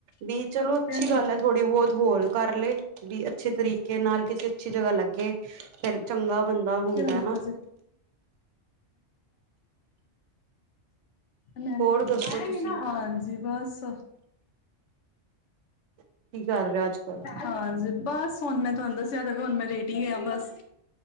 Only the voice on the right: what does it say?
ਵੀ
ਚਲੋ ਅੱਛੀ
ਗੱਲ ਐ ਥੋੜ੍ਹੀ ਬਹੁਤ ਹੋਰ ਕਰ ਲਏ। ਵੀ ਅੱਛੇ ਤਰੀਕੇ ਨਾਲ ਕਿਸੇ ਅੱਛੀ ਜਗ੍ਹਾ ਲੱਗੇ ਫਿਰ ਚੰਗਾ ਬੰਦਾ ਹੁੰਦਾ
ਨਾ
ਹੋਰ
ਦੱਸੋ
ਤੁਸੀਂ
ਕੀ ਕਰ ਰਹੇ ਹੋ ਅੱਜ ਕੱਲ